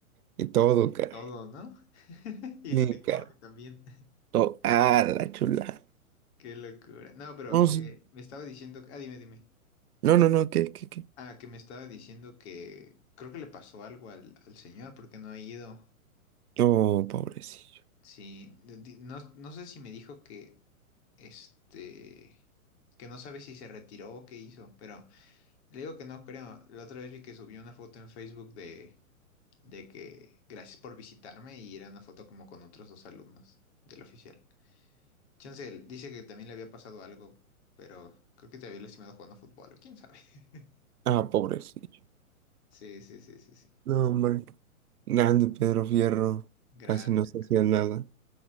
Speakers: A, on the right; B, on the left.
A: y todo, cara.
B: todo, ¿no? <laughs> Y
A: Mi
B: el uniforme
A: cara.
B: también. <laughs>
A: Todo. Ah, la chulada.
B: Qué locura. No, pero
A: No,
B: me,
A: sí.
B: me estaba diciendo, ah, dime, dime.
A: No, no, no, ¿qué, qué, qué?
B: Ah, que me estaba diciendo que creo que le pasó algo al, al señor porque no ha ido.
A: Oh, pobrecillo.
B: Sí, de- di- no, no sé si me dijo que, este, que no sabe si se retiró o qué hizo, pero le digo que no creo. La otra vez vi que subió una foto en Facebook de, de que gracias por visitarme y era una foto como con otros dos alumnos del oficial. Chance, él dice que también le había pasado algo, pero creo que te había lastimado jugando fútbol, o quién sabe. <laughs>
A: Ah, pobrecillo.
B: Sí, sí, sí, sí, sí.
A: No, hombre. Grande Pedro Fierro.
B: Grande.
A: Casi no se hacía nada.